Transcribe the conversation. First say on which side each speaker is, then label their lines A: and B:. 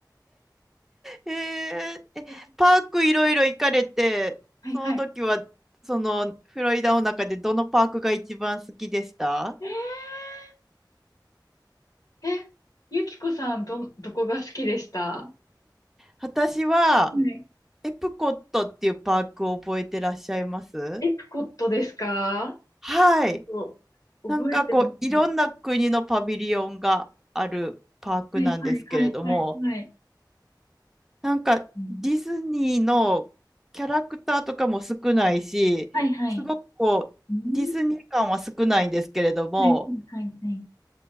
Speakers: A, in the centre; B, on the left.
A: へえ、えパークいろいろ行かれて、
B: <laughs> はいはい。
A: その時はそのフロリダの中でどのパークが一番好きでした
B: えー、え、ゆきこさん、ど、どこが好きでした
A: 私は
B: はい
A: エプコットっていうパークを覚えてらっしゃいます
B: エプコットですか
A: はい。
B: そう覚えてますね。
A: なんかこういろんな国のパビリオンがあるパークなんですけれども
B: はいはいはいはいはい。
A: なんかディズニーのキャラクターとかも少ないしすごくこうディズニー感は少ないんですけれども
B: うん、はいはい。うん。はいはいはいはい。